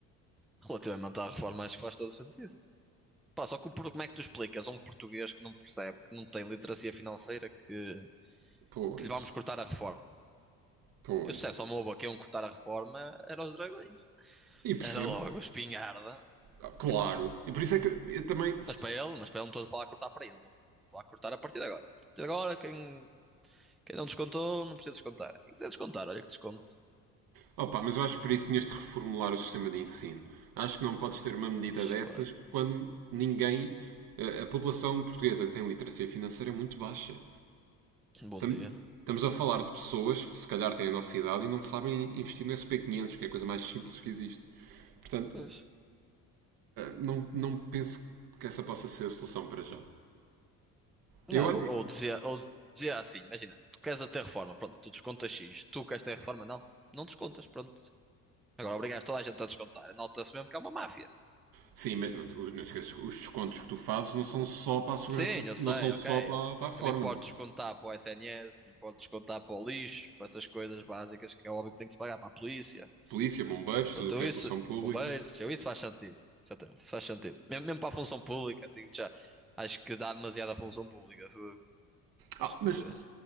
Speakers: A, in the centre; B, on the right.
A: Relativamente à reforma, acho que faz todo o sentido. Pá, só que o por- como é que tu explicas a um português que não percebe, que não tem literacia financeira, que,
B: Pois,
A: que lhe vamos cortar a reforma?
B: pois.
A: Eu se dissesse ao meu avô que iam cortar a reforma, era os dragões.
B: E percebo.
A: Era logo a espingarda.
B: Ah, Claro. E por isso é que eu, eu também.
A: Mas para ele, mas para ele não estou a falar a cortar para ele, estou a falar a cortar a partir de agora. A partir de agora, quem, quem não descontou, não precisa descontar. Quem quiser descontar, olha que desconto.
B: Opa, mas eu acho que para isso tinhas de reformular o sistema de ensino. Acho que não podes ter uma medida
A: Claro.
B: dessas quando ninguém. A, a população portuguesa que tem literacia financeira é muito baixa.
A: Bom
B: Tam-
A: dia.
B: estamos a falar de pessoas que se calhar têm a nossa idade e não sabem investir no SP500, que é a coisa mais simples que existe. Portanto,
A: Pois.
B: não, não penso que essa possa ser a solução para já. Eu
A: Não,
B: acho.
A: ou dizia, ou dizia assim, imagina, tu queres a reforma, pronto, tu descontas X, tu queres ter reforma, não, não descontas, pronto. Agora obrigas toda a gente a descontar, nota-se mesmo que é uma máfia.
B: Sim, mas não, não esqueças que os descontos que tu fazes não são só para a segurança,
A: Sim, eu sei,
B: não são só
A: ok,
B: para,
A: eu,
B: para a forma,
A: eu me importo
B: não é?
A: de descontar para o SNS, me importo de descontar para o lixo, para essas coisas básicas que é óbvio que tem que se pagar para a polícia.
B: Polícia, bombeiros,
A: Pronto,
B: tudo o que
A: eu
B: é
A: isso,
B: função pública.
A: bombeiros, eu isso faz sentido, exatamente, isso faz sentido. Mesmo, mesmo para a função pública, digo já, acho que dá demasiada função pública, fogo. acho
B: Ah, mas
A: que, acho